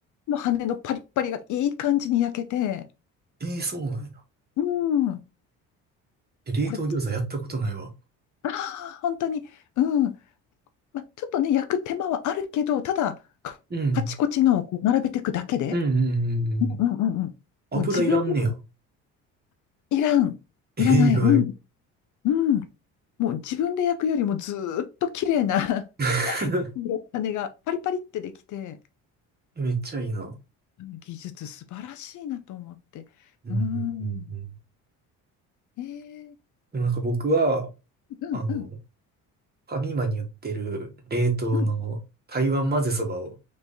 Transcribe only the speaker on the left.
いの羽のパリッパリがいい感じに焼けて、
うん、
これ、ああ、本当に、うん、ま、ちょっとね、焼く手間はあるけど、ただ、カカチコチのをこう並べていくだけで、
うんうんうんうん、
もう自分いらん、いらない、
うん、うん、もう自分で焼くよりもずーっと綺麗な <laughs>
羽がパリパリってできて、
技術素晴らしいなと思って。
うん。えー、
うんうん
うん。